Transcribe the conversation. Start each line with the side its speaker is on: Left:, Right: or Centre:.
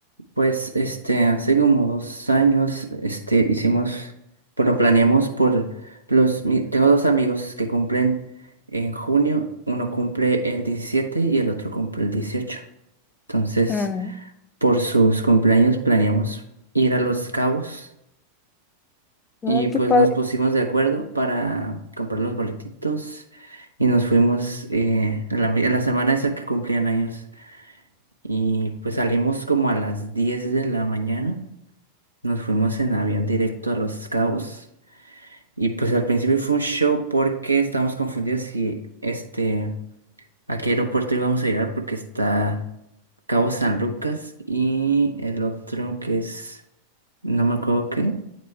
Right: Pues este, hace como dos años, este, hicimos, bueno, planeamos por los, mi- tengo dos amigos que cumplen en junio, uno cumple el 17 y el otro cumple el dieciocho Entonces,
Left: Mm,
Right: por sus cumpleaños planeamos ir a Los Cabos
Left: mm,
Right: y pues
Left: qué padre.
Right: nos pusimos de acuerdo para comprar los boletitos y nos fuimos eh, en la, en la semana esa que cumplían años y pues salimos como a las 10 de la mañana. Nos fuimos en avión directo a Los Cabos y pues al principio fue un show porque estábamos confundidos si este a qué aeropuerto íbamos a llegar porque está Cabo San Lucas y el otro que es no me acuerdo qué,